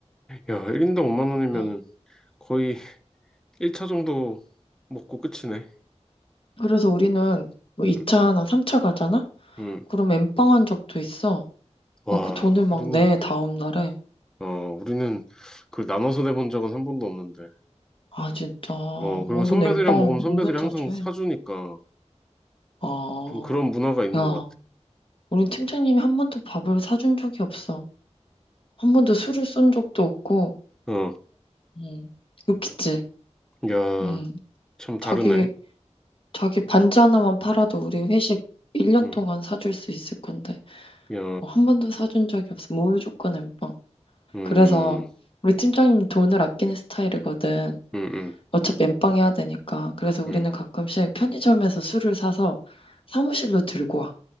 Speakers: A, in the centre; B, on the left.
A: 야, 1인당 5만 원이면은
B: 응.
A: 거의 1차 정도 먹고 끝이네.
B: 그래서 우리는 뭐
A: 음,
B: 2차나 3차 가잖아?
A: 음.
B: 그럼 엠빵한 적도 있어.
A: 와,
B: 아, 그 돈을 막
A: 우리는,
B: 내, 다음 날에.
A: 어, 우리는 그걸 나눠서 내본 적은 한 번도 없는데.
B: 아, 진짜.
A: 어, 그리고
B: 우린
A: 선배들이랑
B: 엠빵
A: 먹으면 선배들이
B: 은근 자주
A: 항상
B: 해.
A: 사주니까
B: 아,
A: 좀 그런 문화가 있는
B: 야,
A: 것
B: 우린 팀장님이 한 번도 밥을 사준 적이 없어. 한 번도 술을 쏜 적도 없고,
A: 같아. 어,
B: 응, 욕했지.
A: 야,
B: 응,
A: 참 다르네.
B: 자기, 자기 반지 하나만 팔아도 우리 회식 1년
A: 음,
B: 동안 사줄 수 있을 건데,
A: 야,
B: 어, 한 번도 사준 적이 없어. 무조건 엠빵.
A: 음,
B: 그래서 우리 팀장님 돈을 아끼는 스타일이거든.
A: 음, 음,
B: 어차피 엠빵 해야 되니까. 그래서 우리는
A: 음.
B: 가끔씩 편의점에서 술을 사서 사무실로 들고 와.